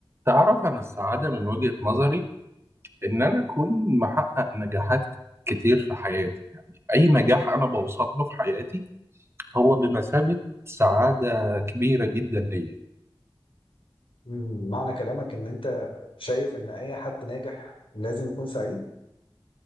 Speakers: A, on the right (about 30°); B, on the left (about 75°).
A: تعرف أنا السعادة من وجهة نظري إن أنا أكون محقق نجاحات كتير في حياتي يعني أي نجاح أنا بوصل له في حياتي هو بمثابة سعادة كبيرة جدا ليا
B: مم، معنى كلامك ان انت شايف ان اي حد ناجح لازم يكون سعيد